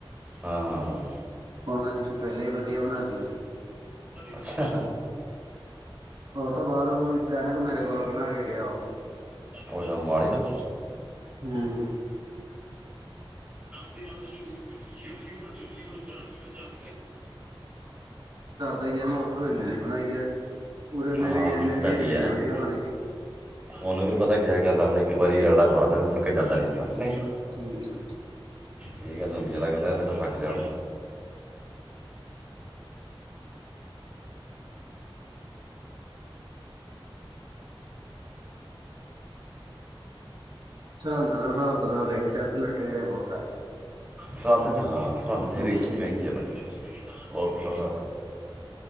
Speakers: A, on the right (about 15°); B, on the right (about 55°).
A: ਹਾਂ-ਹਾਂ,
B: ਉਨੇ ਪਹਿਲਾਂ ਹੀ ਵਧੀਆ ਬਣਾ ਤੀ ਉਹਦੀ।
A: ਅੱਛਾ,
B: ਉਹ ਤੋਂ ਬਾਅਦ ਹੁਣ ਇੱਕ ਐਨਕ ਮੇਰੇ ਕੋਲੋਂ ਬਣਾ ਕੇ ਗਿਆ ਉਹੋ
A: ਔਰ ਦਾ ਮਾੜੀ ਤੋਂ
B: ਹੂੰ,
A: ਨਾਲ ਮਸ਼ਹੂਰ ਯੂਟਿਊਬਰ ਜੋਤੀ ਵਾ ਨੂੰ ਪੰਜਾਬ
B: ਤਾ ਮੈਂ ਉੱਥੋਂ ਇੰਨੇ ਨੀ ਬਣਾਈ ਹੈ, ਉਰੇ ਮੇਰੀ
A: ਹਾਂ
B: ਇਨੇ
A: ਉਹ
B: ਦੀ
A: ਤਾਂ ਹੀ
B: ਇੰਨੀ
A: ਹੈ
B: ਵਧੀਆ ਬਣ ਗਈ।
A: ਉਹਨੂੰ ਵੀ ਪਤਾ ਕਿਆ ਕੀ ਅਗਲਾ ਇੱਕ ਵਾਰੀ ਰਗੜਾ ਖਾ ਲੈਂਦਾ ਵੀ ਮੁੜਕੇ ਜਾਂਦਾ ਨੀ ਹੁੰਦਾ। ਨਹੀਂ
B: ਹੂੰ
A: ਇਹ ਗੱਲ ਹੁੰਦੀ ਹੈ, ਲੱਗਦਾ ਤਾ ਠੱਗ ਲਿਆ ਉਨੇ,
B: ਸਰੰਹਦ ਦਾ ਹਿਸਾਬ ਕਿਤਾਬ ਦੇਖਿਆ ਉੱਥੇ ਲਟੇਰੇ ਬਹੁਤ ਹੈ।
A: ਸਰੰਹਦ ਚ ਹਾਂ। ਸਰਹੰਦ ਹਰੇਕ
B: ਹੂੰ
A: ਚੀਜ਼ ਮਹਿੰਗੀ ਐ ਆਪਣੀ, ਬਹੁਤ ਬੁਰਾ ਹਾਲ ਐ।